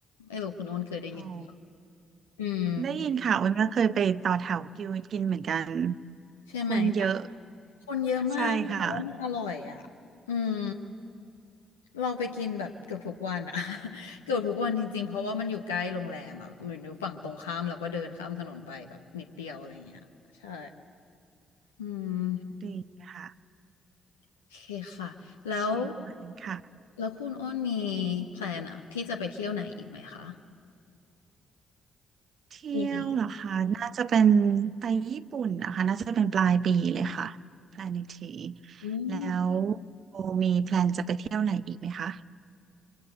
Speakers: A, on the left; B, on the right.
A: ไม่รู้คุณโอ้นเคยได้ยินเปล่า
B: อ๋อ
A: อืม
B: ได้ยินค่ะอ้นก็เคยไปต่อแถวกิวกินเหมือนกัน
A: ใช่ไหมแต่
B: คนเยอะ
A: คนเยอะมากแต่ว่าไม่อร่อยอ่ะอืม
B: ใช่ค่ะ
A: เราไปกินแบบเกือบทุกวันอ่ะ <laughs> เกือบทุกวันจริงๆเพราะว่ามันอยู่ใกล้โรงแรมอ่ะเหมือนอยู่ฝั่งตรงข้ามแล้วก็เดินข้ามถนนไปแบบนิดเดียวอะไรเงี้ยใช่อืม
B: ดีค่ะ
A: โอเคค่ะแล้ว
B: เชียงใหม่ค่ะ
A: แล้วคุณอ้นมีแพลนอะที่จะไปเที่ยวไหนอีกไหมคะ
B: เที่ยวเหรอคะน่าจะเป็น
A: มีไหม
B: ไปญี่ปุ่นนะคะน่าจะเป็นปลายปีเลยค่ะแพลนอีกที
A: อืม
B: แล้วโบมีแพลนจะไปเที่ยวไหนอีกไหมคะ